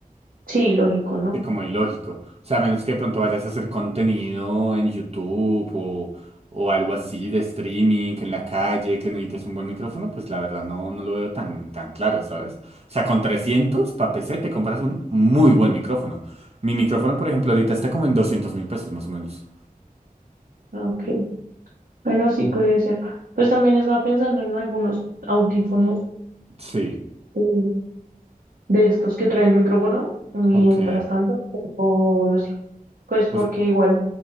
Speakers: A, on the right; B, on the right.
A: Sí, lógico, ¿no?
B: sí, como ilógico. O sea, a menos que de pronto vayas a hacer contenido en YouTube o, o algo así de streaming en la calle, que necesites un buen micrófono, pues la verdad no, no lo veo tan, tan claro, ¿sabes? O sea, con 300 pa' PC te compras un muy buen micrófono. Mi micrófono, por ejemplo, ahorita está como en doscientos mil pesos más o menos.
A: Ah, Ok, bueno, sí puede ser. Pues también estaba pensando en algunos audífonos.
B: Sí.
A: eh, de estos que traen micrófono. Mientras
B: Ok,
A: tanto, o no sé, pues porque
B: pues
A: igual